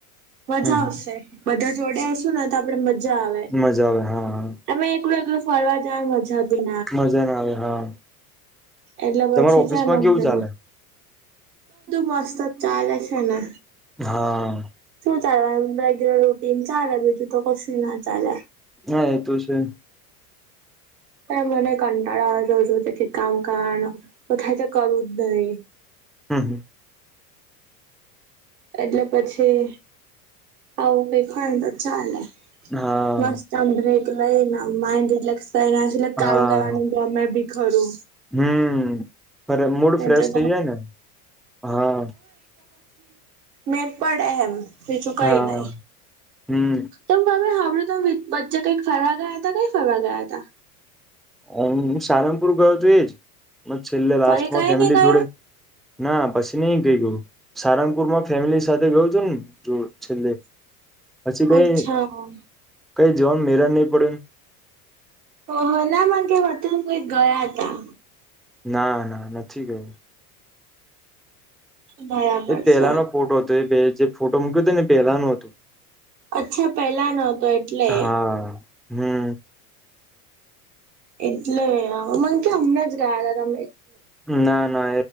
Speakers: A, on the right; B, in the centre.
A: મજા
B: હમ હમ
A: આવશે બધા જોડે હશું ને તો આપડે મજા આવે.
B: મજા આવે હા હા
A: તમે એકલા એકલા ફરવા જાવ મજા ના આવે બી
B: મજા ના આવે, હા
A: એટલે પછી
B: તમાર ઓફિસમાં
A: છે, ને
B: કેવું
A: બધું
B: ચાલે
A: મસ્ત જ ચાલે છે ને
B: હા
A: ચા રોટી ચાલે ભી, તું તો કશું ના ચાાલ
B: હા, એ તો છે.
A: ત મને કંટાળો આવે, જો કામ કામ ને થાય તો કરવુંજ નહી
B: હા, હા
A: એટલે પછી આવું. કઈ ખાઈએ તો ચાલે
B: હા
A: મસ્ત, અંદિક લાઇન આનંદ લાક્સ, ના આસ
B: હા
A: કામ કરવાનું પણ ખરુ
B: હમ, મૂડ ફ્રેશ
A: એટલે
B: થઇ જાય ને હા
A: મેળ પડે એમ બીજું કઈ
B: હા
A: નહી.
B: હમ
A: તમ તમે વચ્ચે કઈક ફરવા ગયા હતા. ક્યાં ફરવા ગયા હતા.
B: હુ, સારંગપુર ગયો, તો એજ છેલ્લે લાસ્ટમાં
A: ફરી કઈ
B: ફેમિલી
A: નઈ ગયા?
B: જોડે ના પછી નહી, ગયો સારંગપુર માં ફેમિલી સાથે ગયો તોને ને જો છેલ્લે, પછી કઈ
A: અચ્છા
B: ક્યાં જવાનો મેળજ નહી, પડ્યોન
A: કહો, ના કે અતુલ ભાઈ ગયાતા
B: ના ના નથી, ગયા
A: બરાબર
B: એ પહેલાનો
A: છે.
B: ફોટો હતો, એ જે ફોટો મૂક્યો હતો ને પહેલા નો હતો
A: અચ્છા પહેલા નો હતો, એટલે
B: હા હમ
A: એટલે અમન ક્યા, અમેજ ગયાતા
B: ના